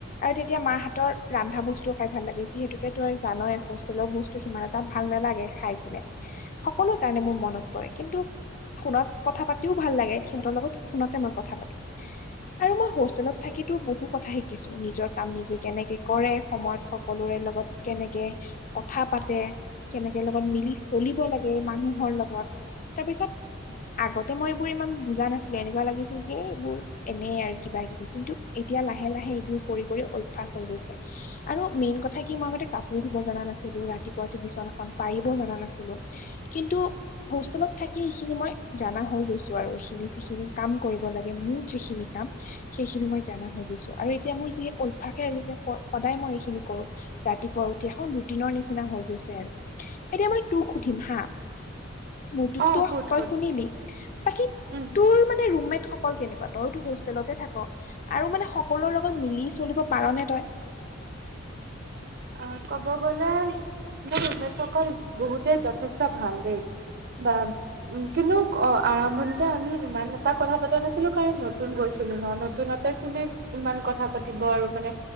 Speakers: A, on the left; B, on the right.
A: আৰু তেতিয়া মাহ হাতৰ ৰন্ধা বস্তুও খাই ভাল লাগে যিহেতুকে ত আৰু জানয় হোষ্টেলৰ বস্তু সিমান এটা ভাল নালাগে খাই কিনে সকলো কাৰণে মোৰ মনত পৰে। কিন্তু, ফোনত কথা পাতিও ভাল লাগে সিহঁতৰ লগত ফোনতে মই কথা পাতো। আৰু মই হোষ্টেলত থাকো বহু কথা শিকিছো নিজৰ কাম নিজে কেনেকে কৰে সময়ত সকলোৰে লগত কেনেকে কথা পাতে কেনেকে লগত মিলি চলিব লাগে মানুহৰ লগত তাৰপিছত আগতে মই এইবোৰ ইমান বুজা নাছিলো এনেকুৱা লাগিছিল কি এইবোৰ এনেই আৰু কিবা কিবি কিন্তু এতিয়া লাহে লাহে এইবোৰ কৰি কৰি অভ্যাস হৈ গৈছে। আৰু মেইন কথা কি মই আগতে কাপোৰ ধুব জনা নাছিলো ৰাতিপুৱা উঠি বিচনাখন পাৰিব জনা নাছিলো। কিন্তু হোষ্টেলত থাকি সেইখিনি মই জানা হৈ গৈছো আৰু এইখিনি যিখিনি কাম কৰিব লাগে মোৰ যিখিনি কাম সেইখিনি মই জানা হৈ গৈছো আৰু এতিয়া মোৰ যি অভ্যাসে হৈ গৈছে সদায় মই এইখিনি কৰো। ৰাতিপুৱা উঠি এখন ৰুটিনৰ নিচিনা হৈ গৈছে। আৰু এতিয়া মই তোক সুধিম হা মোৰতো
B: অ সুধ
A: তই
B: সুধ
A: শুনিলি বাকী
B: উম
A: তোৰ মানে ৰুমমেট অকল কেনেকুৱা তইতো হোষ্টেলতে থাকা আৰু মানে সকলোৰে লগত মিলি চলিব পাৰা নে তই?
B: অ কব গলে মোৰ ৰুমমেটসকল বহুতে যথেষ্ট ভাল দেই। বা কিন্তু অ, আৰম্ভণিতে আমি ইমান এটা কথা পাতা নাছিলো কাৰণ নতুন গৈছিলো ন নতুনতে কোনে ইমান কথা পাতিব আৰু মানে